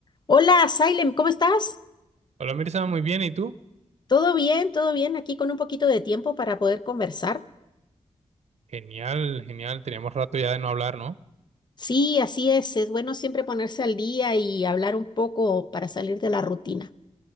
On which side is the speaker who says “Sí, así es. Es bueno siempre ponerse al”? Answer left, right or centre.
Left